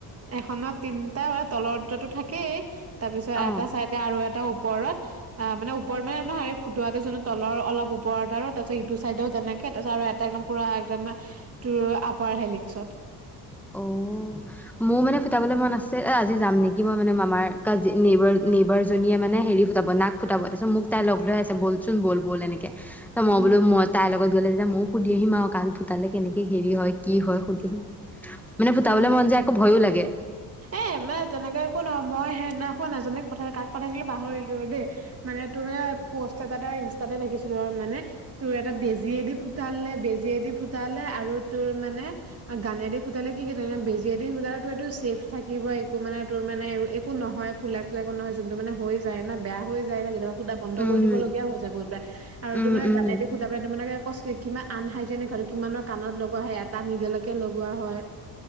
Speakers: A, on the right; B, in the centre.
A: এখনত তিনটা বা তলত টো থাকেই তাৰপিছত
B: অ
A: এটা আৰু এটা ওপৰত- আঁহ', মানে ওপৰত মানে নহয়, এই ফুটোৱা এটা যোনটো তলৰ অলপ ওপৰত আৰু তাৰপিছত ইটো চাইডেও তেনেকে তাৰপাছত আৰু এটা একদম - পুৰা একদম মানে তোৰ আপাৰ হে লিপচত।
B: অ', মোৰ মানে ফুটাবলৈ মন আছে, এ' আজি যাম নেকি মই মানে মামাৰ ঘৰত। কাজ নেবাৰ-নেবাৰজনীয়ে মানে হেৰি নাক ফুতাব। ফুটাবতে মোক তাই লগ ধৰি আছে বলচোন বল-বল এনেকে ত' মই
A: উম
B: বোল মই তাই লগত গ'লে- এতিয়া ময়ও সুধি আহিম আৰু কাণ ফুটালে কেনেকে হেৰি হয় কি হয় সুধিম। মানে ফুতাবলে
A: উম
B: মন যায় ভয়ও লাগে।
A: এ' মানে তেনেকে একো নহয় মই সেইদিনা এাজনীক পঠাই চিলো কাক পঠাইছিলো পাহৰিলো দেই। মানে তোৰ মানে পষ্ট এটাত ইনষ্টাতে দেখিছিলো মানে। তোৰ এটা বেজিয়ে দি ফুটালে, বেজীয়ে দি ফুটালে আৰু তোৰ মানে- গানেদি ফুটালে, কি বেজিয়ে দি ফুটালে টো এইটো চেফ- থাকিবই, একো মানে তোৰ মানে একো নহয় ফুলা-চুলা একো নহয় যোনটো মানে হৈ যায় না, বেয়া হৈ যায় না কেতিয়াবা। ফুটা বন্ধ
B: উম
A: কৰি দিব লগিয়া হৈ যাব বহুতবাৰ। আৰু
B: উম
A: তুমি
B: উম
A: গানেদি সুধা পেলাই তোমে ক কিমান আনহাইজেনিক কিমানৰ কাণত লগোৱা হয় নিদেলকে লগোৱা হয়।